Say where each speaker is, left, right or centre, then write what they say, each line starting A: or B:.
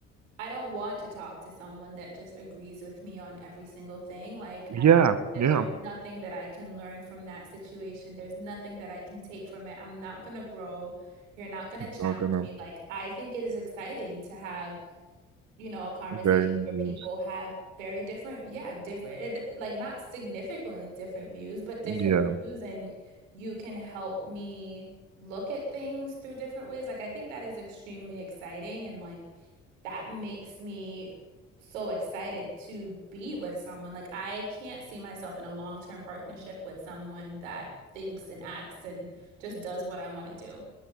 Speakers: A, on the right (about 75°); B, on the right (about 45°).
A: I don't want to talk to someone that just agrees with me on every single thing. Like,
B: Yeah,
A: I think that
B: yeah.
A: there's nothing that I can learn from that situation. There's nothing that I can take from it. I'm not gonna grow. You're not gonna challenge
B: Not gonna
A: me. Like, I think it is exciting to have you know, a conversation
B: very
A: where
B: use.
A: people have very different, yeah, different, it- like not significantly different views, but different
B: Yeah,
A: views, and you can help me look at things through different ways. Like, I think that is extremely exciting, and like that makes me so excited to be with someone. Like, I can't see myself in a long-term partnership with someone that thinks and acts and just does what I want to do.